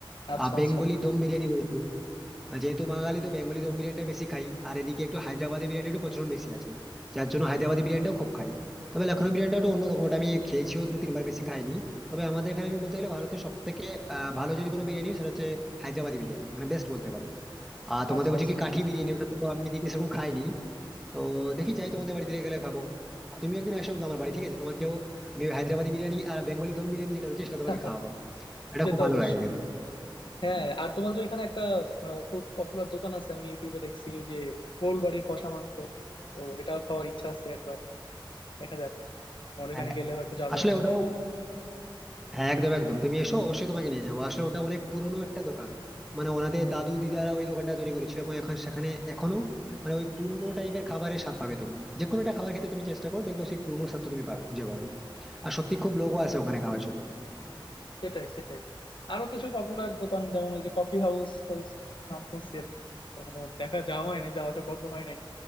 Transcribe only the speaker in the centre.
আর বেঙ্গলি
দম বিরিয়ানি রয়েছে আর যেহেতু বাঙালি তো বেঙ্গলি দম বিরিয়ানিটা বেশি খাই আর এদিকে একটু হায়দ্রাবাদি বিরিয়ানির একটু প্রচলন বেশি আছে যার জন্য হায়দ্রাবাদি বিরিয়ানিটাও খুব খাই তবে লখনৌ বিরিয়ানিটা একটু অন্যরকম ওটা আমি খেয়েছিও দু তিনবার বেশি খাইনি তবে আমাদের এখানে আমি বলতে গেলে ভারতের সব থেকে ভালো যদি কোনো বিরিয়ানি হয়, সেটা হচ্ছে হায়দ্রাবাদি বিরিয়ানি মানে বেস্ট বলতে পারি আর তোমাদের
বলছি
কি কাঠি বিরিয়ানি ওটা তো আমি এদিকে সেরকম খাইনি তো দেখি যাই তোমাদের বাড়িতে গেলে খাবো আর তুমি একদিন আসো তো আমার বাড়ি ঠিক আছে তোমাকেও আমি ওই হায়দ্রাবাদি বিরিয়ানি আর বেঙ্গলি দম বিরিয়ানি যেটা রয়েছে সেটা তোমাকে
খাওয়াবো এটা
খুব
ভালো
লাগে খেতে
হ্যাঁ,
আসলে
ওটাও
হ্যাঁ একদম একদম তুমি এসো অবশ্যই তোমাকে নিয়ে যাবো আসলে ওটা অনেক পুরনো একটা দোকান মানে ওনাদের দাদু দিদারা ওই দোকানটা তৈরি করেছিল এবং এখন সেখানে এখনো মানে ওই পুরনো টাইপের খাবারের স্বাদ পাবে তুমি যে কোনো একটা খাবার খেতে তুমি চেষ্টা করো দেখবে সেই পুরনো স্বাদটা তুমি পাবে খুঁজে পাবে আর সত্যি খুব লোকও আছে ওখানে খাওয়ার জন্য